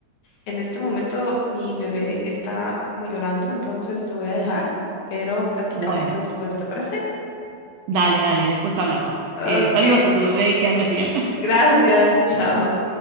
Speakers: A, on the left; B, on the right.
A: en este momento mi bebé está como llorando, entonces te voy a dejar, pero platicamos
B: Bueno.
A: después, ¿te parece?
B: Dale, dale, después hablamos.
A: Ok,
B: Eh, saludos a tu bebé y que andes bien.
A: gracias, chao.